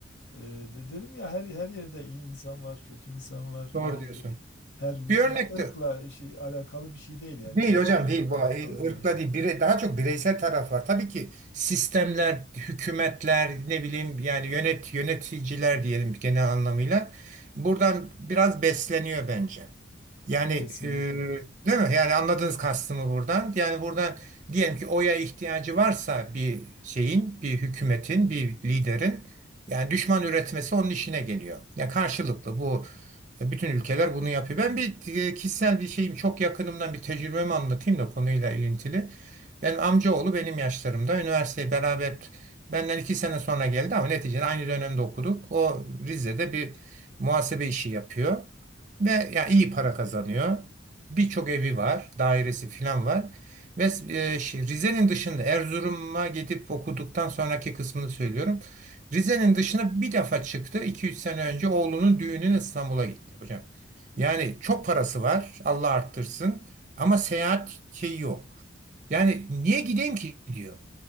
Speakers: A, on the left; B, on the right.
A: e, de- dedim ya her her yerde iyi insan var, kötü insan var.
B: Doğru
A: Yani
B: diyorsun.
A: her
B: Bir örnek
A: ya ırkla
B: de
A: şey, alakalı bir şey değil yani
B: değil
A: coğrafyayla
B: hocam değil
A: da
B: bu
A: alakalı
B: e,
A: değil
B: ırkla
A: yani.
B: değil bire, daha çok bireysel taraf var. Tabii ki sistemler, hükümetler, ne bileyim yani yönet yöneticiler diyelim genel anlamıyla buradan biraz besleniyor bence. Yani
A: Kesinlikle.
B: e, değil mi? Yani anladınız kastımı buradan. Yani buradan diyelim ki oya ihtiyacı varsa bir şeyin, bir hükümetin, bir liderin yani düşman üretmesi onun işine geliyor. Ya karşılıklı bu bütün ülkeler bunu yapıyor. Ben bir e, kişisel bir şeyim çok yakınımdan bir tecrübemi anlatayım da konuyla ilintili. Benim amcaoğlu benim yaşlarımda üniversiteyi beraber benden iki sene sonra geldi ama neticede aynı dönemde okuduk. O Rize'de bir muhasebe işi yapıyor ve ya iyi para kazanıyor. Birçok evi var, dairesi falan var. Ve e, şey, Rize'nin dışında Erzurum'a gidip okuduktan sonraki kısmını söylüyorum. Rize'nin dışına bir defa çıktı. iki üç sene önce oğlunun düğününe İstanbul'a gitti hocam. Yani çok parası var. Allah arttırsın. Ama seyahat şeyi yok. Yani niye gideyim ki diyor.